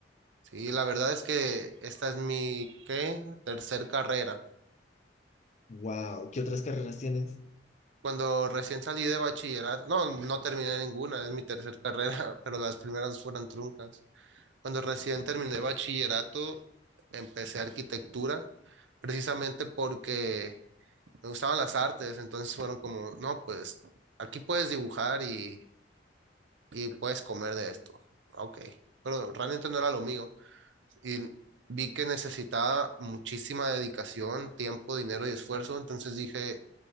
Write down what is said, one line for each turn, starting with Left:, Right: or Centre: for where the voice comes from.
Right: Sí, la verdad es que esta es mi, ¿qué? Tercer carrera.
Left: Wow, ¿qué otras carreras tienes?
Right: Cuando recién salí de bachillerato, no, no terminé ninguna, es mi tercer carrera, <laughs> pero las primeras fueron truncas. Cuando recién terminé bachillerato, empecé arquitectura, precisamente porque me gustaban las artes, entonces fueron como, no, pues aquí puedes dibujar y, y puedes comer de esto. Ok, pero realmente no era lo mío. y vi que necesitaba muchísima dedicación, tiempo, dinero y esfuerzo, entonces dije,